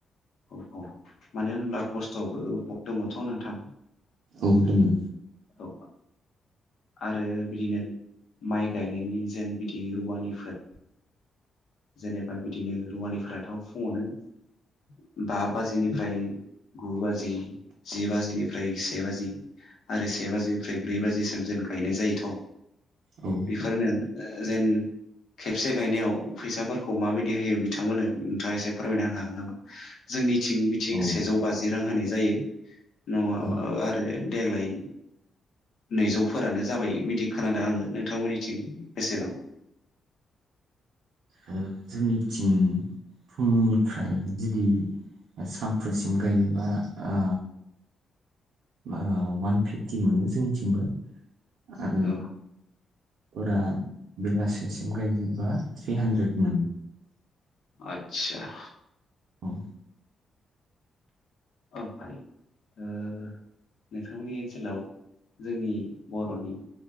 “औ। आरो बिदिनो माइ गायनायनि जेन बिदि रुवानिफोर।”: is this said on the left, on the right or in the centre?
Left